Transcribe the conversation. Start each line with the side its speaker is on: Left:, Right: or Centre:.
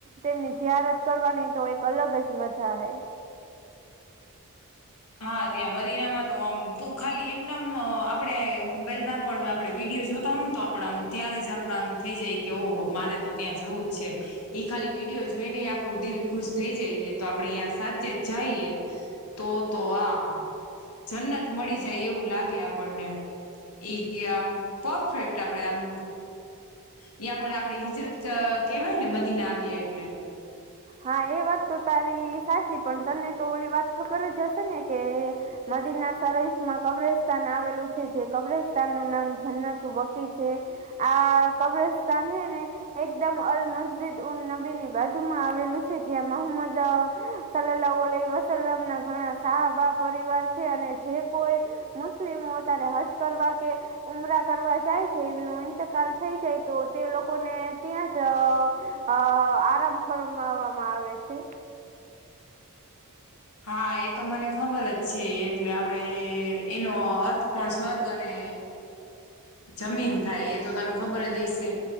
Right: તેમની જયાર જ કરવાની તો એક અલગ જ મજા આવે
Left: હા ત્યાં મદીનામાં તો આમ તું ખાલી એમ નામ આપડે મોબાઈલ મેપ પણ હ આપડે વિડીયો જોતા હોય ને તો આપડામ ત્યારે જ આપડ આમ થઇ જાય કે ઓહ મારે તો ત્યાં જવું જ છે એ ખાલી વિડીિયો જોઈને આપણું દિલ ખુશ થઈ જઈએ તો આપડે અહં સાચે જ જઈએ તો તો આ હા જન્નત મળી જાય એવું લાગે આપણને એઈ આમ પરફેક્ટ આપડે આમ યાં પણ આપડે હિજરત કેવાય ને બદીીને આવએ એટલે
Right: હા એ વાત તો તારી સાચી પણ તને તો ઓલી વાત ખબર જ હશે ને કે નદીના શરીફમાં કબ્રસ્તાન આવેલું છે જે કબ્રસ્તાન નું નામ જન્નતુ બકી છે આ કબ્રસ્તાન હે ને એકદમ અલ મસ્જિદ ઉન નબી ની બાજુ માં આવેલ છે જ મોહમદ સલાલાહલ વસલમ ના ઘણા સાાબા પરિવાર છે અને જે કોઈ મુસ્લિમો ત્યારે હજ કરવા કે ઉમરા કરવા જાય છે એમનો ઈંતકાલ થઈ જાય તો તે લોકોને ત્યાં જ અ આરામ ફરમાવામાં આવે છે
Left: હા એ તો મને ખબર જ છે એટલે આપડે એનો અર્થ કોણ સ્વર્ગ અને જમીન થાય એ તો તને ખબર જ હશે